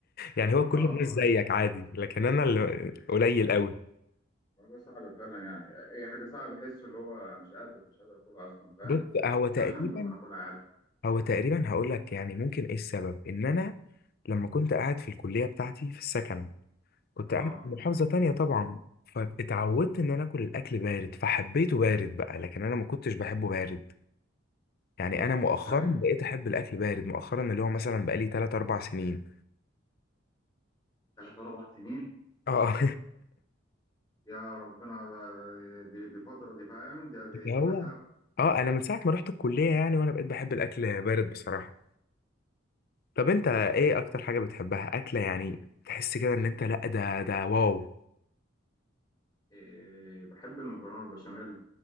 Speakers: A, on the left (about 50°); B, on the left (about 15°).
A: يعني هو كل
B: اه
A: الناس
B: ما-
A: زيك عادي لكن انا اللي قليل قوي
B: الموضوع صعب فعلا يعني اي حاجه صعب احس اللي هو مش قادر مش قادر اكلها اصلا فاهم
A: بص هو
B: تتسخن
A: تقريبا
B: وانا اكلها عادي
A: هو تقريبا هقول لك يعني ممكن ايه السبب ان انا لما كنت قاعد في الكليه بتاعتي في السكن كنت
B: اه
A: قاعد في محافظه تانية طبعا فاتعودت ان انا اكل الاكل بارد فحبيته بارد بقى لكن انا ما كنتش بحبه بارد يعني انا مؤخرا
B: زي
A: بقيت احب الاكل بارد مؤخرا اللي هو مثلا بقالي 3 4 سنين
B: ثلاث اربع سنين
A: اه
B: يا ربنا ده- ده- دي دي فتره دي فاهم
A: <laughs>
B: دي دي,
A: اللي
B: دي
A: هو
B: مسافه
A: اه انا من ساعه ما رحت الكليه يعني وانا بقيت بحب الاكل بارد بصراحه طب انت ايه اكتر حاجه بتحبها اكله يعني تحس كده ان انت لا ده ده واو
B: إيه بحب المكرونه البشاميل